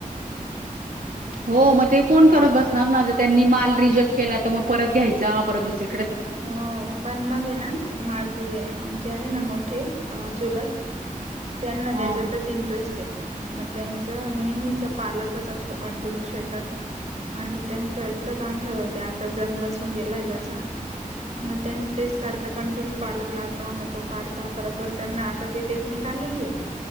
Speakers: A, on the right; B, on the right.
A: हो मग ते कोण करत बसणार ना जर त्यांनी माल
B: असं
A: रिजेक्ट केला तर मग परत घ्यायचा परत दुसरी
B: हो पण मग ये ना माझी आमचे आहे ना मोठे आ चुलत त्यांना
A: हां.
B: त्याच्यातच इंटरेस्ट मग त्यांच नेहमीचं पालकच असतो कंटिन्यू शेतात आणि त्यांचं इतकं चांगलं होतं आता जम बसून गेलाय त्याचा मग त्यां ते सारखा कंटिन्यू पालक लावता मग तो काढता परत बर त्यांना आता ती टेक्निक आलेली हे